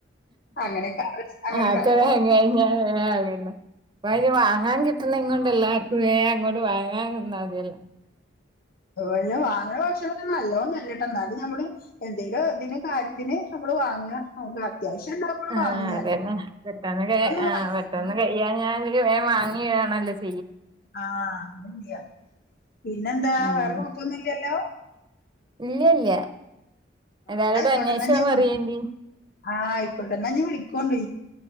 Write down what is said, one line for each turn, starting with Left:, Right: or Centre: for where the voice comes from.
Left: അങ്ങനെ <inaudible>
Right: ആക്കെ വേം കഴിഞ്ഞാ വേഗാവല്ലോ ഇപ്പ അയിന് വാങ്ങാൻ കിട്ട്ണേങ്ങൊണ്ട് എല്ലാർക്കും വേ അങ്ങോട്ട് വാങ്ങാൻ നിന്നാ മതിയല്ലോ
Left: അതെ വാങ്ങന ഭക്ഷണ നല്ലതോന്നല്ലട്ട ന്നാലും നമ്മള് എന്തെലും ഇതിന് കാര്യത്തിന് <unintelligible> വാങ്ങ <unintelligible> ഉണ്ടാവുമ്പള്
Right: ആ
Left: വാങ്ങും ഞാന്
Right: അതെന്നെ പെട്ടെന്ന്
Left: ഇപ്പളൊന്നും
Right: ആ
Left: വാങ്ങ
Right: പെട്ടെന്ന് കയ്യാ ഞാ വാങ്ങി വേണല്ലോ <unintelligible>
Left: ആഹ അത്ല്ല പിന്നെന്താ
Right: ഉം
Left: വേറെ കൊഴപ്പൊന്നുല്ലല്ലോ
Right: ഇല്ല ഇല്ല എല്ലാരോടും
Left: ന്നാ ആയിക്കോട്ടെ
Right: അന്വേഷണം
Left: ന്നാ ഇജ്ജ് വിളി
Right: പറയേണ്ടി
Left: ആ അയ്ക്കോട്ടെ ന്നാ ഞീ വിളിക്കോണ്ട്